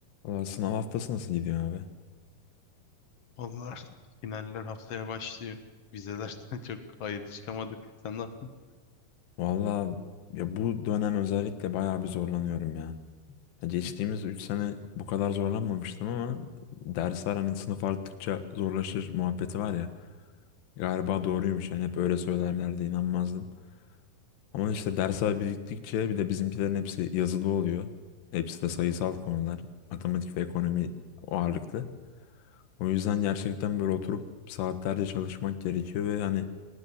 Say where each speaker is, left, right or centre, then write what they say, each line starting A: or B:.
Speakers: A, on the left; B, on the left.
A: Valla sınav haftası nasıl gidiyor abi?
B: Vallahi finaller haftaya başlıyor. Vizelerden <laughs> çok hayırlı çıkamadık. Sen ne yaptın?
A: Valla ya bu dönem özellikle bayağı bir zorlanıyorum ya. Ya geçtiğimiz 3 sene bu kadar zorlanmamıştım ama dersler hani sınıf arttıkça zorlaşır muhabbeti var ya. Galiba doğruymuş yani hep öyle söylerlerdi inanmazdım. Ama işte dersler biriktikçe bir de bizimkilerin hepsi yazılı oluyor. Hepsi de sayısal konular. Matematik ve ekonomi ağırlıklı. O yüzden gerçekten böyle oturup saatlerce çalışmak gerekiyor ve hani